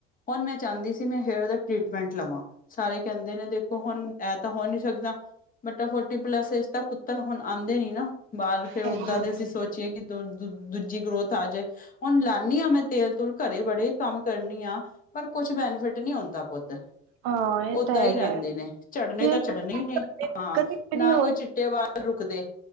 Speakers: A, on the left; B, on the right.
A: ਹੁਣ ਮੈਂ ਚਾਂਦੀ ਸੀ ਮੈਂ ਹੇਅਰ ਦਾ ਟਰੀਟਮੈਂਟ ਲਵਾਂ। ਸਾਰੇ ਕੈਂਦੇ ਨੇ ਦੇਖੋ ਹੁਣ ਐ ਤਾਂ ਹੋ ਨਹੀ ਸਕਦਾ ਬਟ ਆ‌ ਫੌਟੀ ਪਲੱਸ ਏਜ ਤਕ ਉਤੇ ਨੂੰ ਹੁਣ ਆਂਦੇ ਨੀ ਨਾ ਬਾਹਰ ਫੇਰ
B: ਹਾਂਜੀ-ਹਾਂਜੀ
A: ਓਦਾ ਦੇ ਅਸੀ ਸੋਚ ਚਿਆ ਕਿ ਦੋਰ-ਦੂਦ ਦੂਜੀ ਗਰੋਥ ਆ ਜੇ ਹੁਣ ਲਾਨੀ ਆਂ ਮੈਂ ਤੇਲ ਤੁਲ। ਘਰੇ ਬੜੇ ਕੰਮ ਕਰਨੀ ਆਂ। ਪਰ ਕੁਛ ਬੈਨੀਫਿਟ ਨਹੀ ਹੋਂਦਾ ਪੁੱਤ
B: ਹਾਂ ਇਹ
A: ਓਦਾਂ
B: ਤਾਂ ਹੈਗਾ‌
A: ਹੀ ਰਹਿੰਦੇ
B: ਐ
A: ਨੇ ਚੜਨੇ
B: ਤੇ
A: ਤਾਂ
B: <unintelligible>
A: ਚੜਨੇ ਹੀ ਨੇ ਹਾਂ ਨਾ ਕੋਈ ਚਿੱਟੇ ਵਾਲ ਰੁਕਦੇ